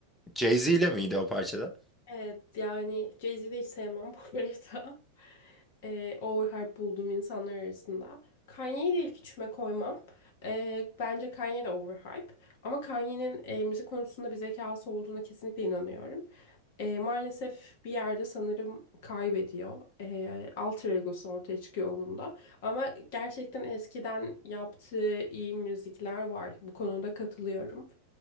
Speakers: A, in the centre; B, on the left (about 50°).
A: Jay-Z ile miydi o parçada?
B: Evet yani Jay-Z'yi de hiç sevmem <laughs> bu arada. Ee, overhype bulduğum insanlar arasında. Kanye'yi de ilk üçüme koymam. Ee, bence Kanye de overhype. Ama Kanye'nin e, müzik konusunda bir zekası olduğuna kesinlikle inanıyorum. Ee, maalesef bir yerde sanırım kaybediyor. Ee, alter egosu ortaya çıkıyor onun da. Ama gerçekten eskiden yaptığı iyi müzikler var. Bu konuda katılıyorum.